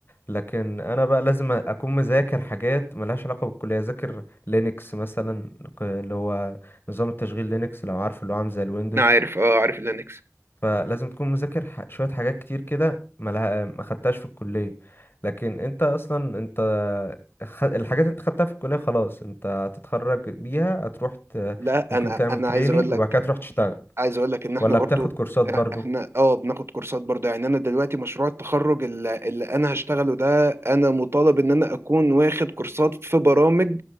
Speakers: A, on the left; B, on the right.
A: لكن انا بقى لازم اكون مذاكر حاجات ملهاش علاقة بالكلية اذاكر لينكس مثلا ك- اللي هو نظام التشغيل لينكس لو عارف اللي هو عامل زي الويندوز
B: أنا عارف أه عارف اللينكس
A: فلازم تكون مذاكر ح- شوية حاجات كتير كده ما لها- ما خدتهاش في الكلية لكن انت اصلا انت خ- الحاجات اللي انت خدتها في الكلية خلاص انت هتتخرج بيها هتروح ت...
B: لا
A: ممكن
B: أنا
A: تعمل
B: أنا
A: تريننج
B: عايز أقول لك
A: وبعد كده تروح تشتغل
B: عايز اقول لك ان احنا
A: ولا
B: برضو
A: بتاخد كورسات برضو
B: إح- احنا اه بناخد كورسات برضو يعني انا دلوقتي مشروع التخرج اللي, اللي انا هشتغله ده انا مطالب ان انا اكون واخد كورسات في برامج